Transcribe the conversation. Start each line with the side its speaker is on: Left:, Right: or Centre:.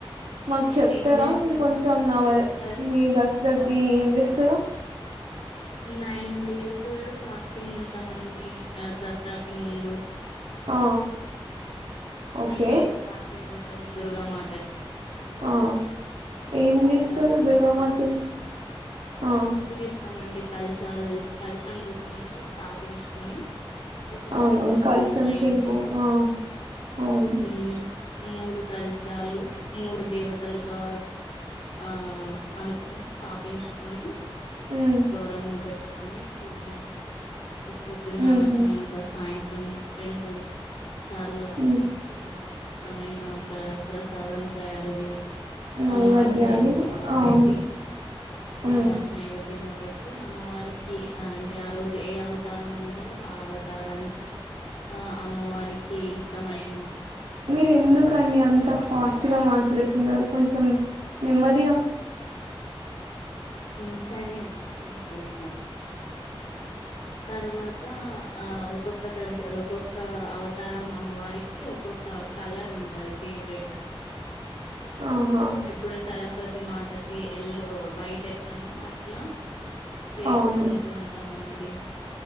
Right: మాకు చెప్తారా
Left: ఏం చేస్తూ
Right: మీరు
Left: ఉంటారండి
Right: కొంచెం! నావ
Left: ప్రతిసారి
Right: మీ దసరాకి ఏం చేస్తరో!
Left: నైన్ డేసు ఫాస్టింగ్ ఉంటామండి దసరాకి ముందు.
Right: ఆ ఓకే
Left: నైన్ డేస్ ఫాస్టింగ్ ఉన్ నమ్ దుర్గా మాతకి.
Right: ఆ
Left: ఒక్కొక్క
Right: ఏం
Left: అవతారం
Right: చేస్తారు దుర్గామాతలో
Left: ఒక్కొక్క రోజు,
Right: ఆ
Left: పూజిస్తమండి. కలశాల్, కలశం రూపంలో స్థాపించుకొని, పూజించుకుంటామండి
Right: అవునవును కలసం
Left: ఆ నైన్
Right: చెంబు
Left: డేసు.
Right: ఆ అవును
Left: మ్ మూడు కలిశాలు మూడు దేవతలుగా ఆ అనుకొని స్థాపించుకొని,
Right: ఉమ్
Left: గౌరమ్మ పెట్టుకొని పూజించి, హు పొద్దున
Right: ఉహు
Left: అ ఇంకా సాయన్ గం రెండు సార్ల పూజించి,
Right: ఉమ్ ఉమ్,
Left: అమ్మవారికి ఇష్టమైన ప్ర ప్రస్ సాధం తయారు చేసి,
Right: నైవేద్యాలు
Left: అమ్మవారికి నైవేద్యంగా
Right: అవును
Left: పెట్టి, అమ్మవారికి
Right: ఉమ్
Left: నైవేద్యంగా పెట్టి, అమ్మవారికి అ అన్ అంటే, ఆ రోజు ఏ అవతారం ఉంటదొ, ఆ అవతారానికి కి ఆ అమ్మవారికి ఇష్టమైన,
Right: మీరెందుకండి అంత ఫాస్ట్ గా మాట్లాడుతున్నారు? కొంచెం నెమ్మది
Left: మ్ సరె అన్ నెమ్మదిగా మాట్లాతా. తరువాత ఆ ఒక్కొక్క దర్శ ఒక్కొక్క అవతారం అమ్మవారికి ఒక్కొక్క కలర్ ఉంటది ఫేవరెట్.
Right: ఆహా
Left: ఎప్పుడు సరస్వతి మాతక్ కి ఎల్లో వైట్ ఎట్లనో అట్ల వేసుకుంటూ
Right: అవును
Left: ఉంటామండి.